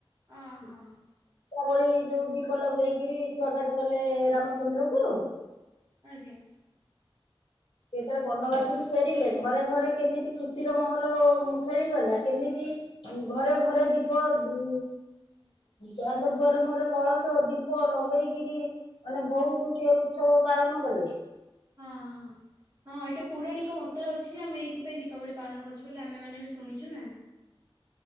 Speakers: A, on the right; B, on the left.
A: ଓହୋ
B: ଦୀପାବଳି ଯୋଉ ଦୀ ପ ଲଗେଇକିରି ସ୍ଵାଗତ କଲେ ରାମଚନ୍ଦ୍ରକୁ।
A: ଆଜ୍ଞା।
B: ଯେତେବେଳେ ବନବାସରୁ ଫେରିଲେ ଘରେ ଘରେ କେମିତି ଖୁସିର ମହଲ ଖେଳିଗଲା କେମିତି ଘରେ ଘରେ ଦୀପ ଉ ଦାଣ୍ଡ ଦୁଆର ମୁହରେ କଳସ ଦୀପ ଲଗେଇକିରି ମାନେ ବହୁତ ସେ ଉତ୍ସବ ପାଳନ କଲେ।
A: ହଁ ହଁ। ହଁ ଏଇଟା ପୌରାଣିକ ମତରେ ଅଛି ଯେ ଆମେ ଏଇଥିପାଇଁ ଦୀପାବଳି ପାଳନ କରୁଛୁ ବୋଲି ଆମେ ମାନେ ବି ଶୁଣିଛୁ ନା।